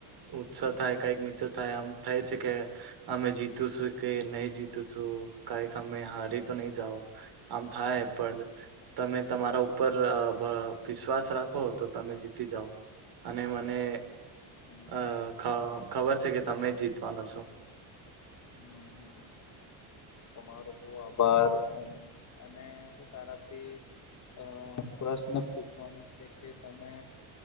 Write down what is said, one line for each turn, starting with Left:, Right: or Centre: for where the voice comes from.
Right: ઊંચો થાય કઈક નીચે થાય આમ થાય છે કે અમે જીતુંશું કે નહી જીતું છું કઈક અમે હારી તો નહી જાવ આમ થાય પણ તમે તમારા ઉપર અ વિશ્વાસ રાખો તો તમે જીતી જાઓ. અને મને
Left: હમ
Right: અ ખ ખબર છે કે તમે જ જીતવાનો છો
Left: હમ્મ હમ્મ તમારો ખૂબ આભાર અને હું તારાથી અ પ્રશ્ન પૂછવાનું છે કે તમે